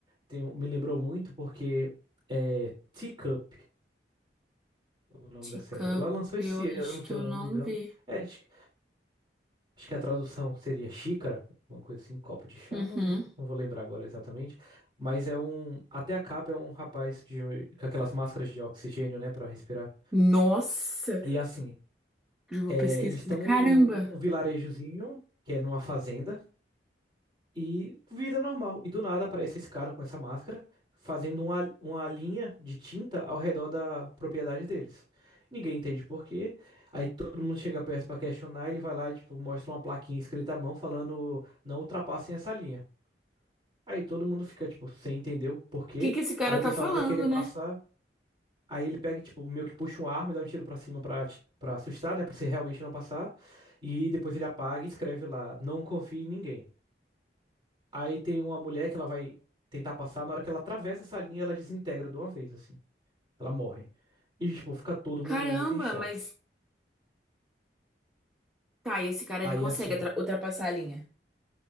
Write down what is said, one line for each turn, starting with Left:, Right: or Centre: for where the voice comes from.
Right: tem- um- me lembrou muito porque é Teacup, o nome
Centre: Teacup,
Right: da série. Ela lançou
Centre: eu
Right: esse
Centre: acho
Right: ano,
Centre: que
Right: se
Centre: eu
Right: eu não
Centre: não
Right: me engano.
Centre: vi.
Right: É, acho, que acho que a tradução seria xícara, uma coisa assim, copo de chá,
Centre: Uhum.
Right: não, não não vou lembrar agora exatamente. Mas é um. Até a capa é um rapaz de, com aquelas máscaras de oxigênio, né, Pra respirar.
Centre: Nossa,
Right: E assim,
Centre: já vou
Right: é,
Centre: pesquisar.
Right: eles estão
Centre: Caramba,
Right: em um, um um vilarejozinho, que é numa fazenda, e vida normal. E do nada aparece esse cara com essa máscara, fazendo uma, uma linha de tinta ao redor da propriedade deles. Ninguém entende por quê. Aí todo mundo chega perto pra questionar, ele vai lá, tipo, mostra uma plaquinha escrita à mão falando, não ultrapassem essa linha. Aí todo mundo fica, tipo, sem entender o porquê.
Centre: o que que esse cara
Right: Aí o
Centre: tá
Right: pessoal
Centre: falando,
Right: vai querer passar.
Centre: né?
Right: Aí ele pega, e, tipo, meio que puxa um arma e dá um tiro pra cima pra, ati- pra assustar, né? Pra você realmente não passar. E depois ele apaga e escreve lá, não confie em ninguém. Aí tem uma mulher que ela vai tentar passar, na hora que ela atravessa essa linha, ela desintegra de uma vez, assim. Ela morre. E, tipo, fica todo mundo
Centre: Caramba,
Right: muito em choque.
Centre: mas tá, e esse cara
Right: Aí,
Centre: ele consegue
Right: assim,
Centre: atra- ultrapassar a linha.